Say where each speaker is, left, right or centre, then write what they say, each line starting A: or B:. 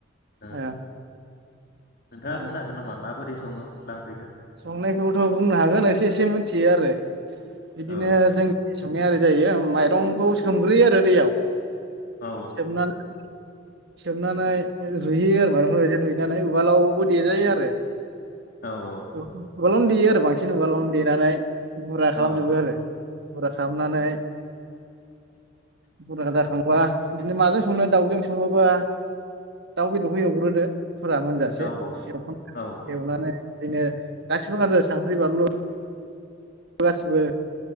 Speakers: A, on the left; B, on the right.
A: ओ।
B: औ
A: नोंथाङा
B: औ
A: बुंनो हागोन नामा माबोरै। सङो अनला ओंख्रिखो।
B: संनायखौथ' बुंनो हागोन एसे एसे मिथियो आरो। बिदिनो
A: औ
B: जों संनाय ओर जायो माइरंखौ सोमग्रोयो आरो दैयाव।
A: औ
B: सोमनानै। सोमनानै रुहोयो आरो माइरंखौ रुइनानै उवालावबो देजायो आरो।
A: औ औ।
B: उवालावनो देयो आरो बांसिन उवालावनो देनानै गुरा खालामजोबो
A: औ
B: आरो गुरा खालामनानै गुरा जाखांबा बिदिनो माजों संनो दाउजों सङोबा दाउ बेदरखौ एवग्रोदो फुरा मोनजासे
A: औ
B: एवफाम
A: औ
B: एवनानै बिनो गासिबो <inaudible> सांख्रि बानलु गासिबो।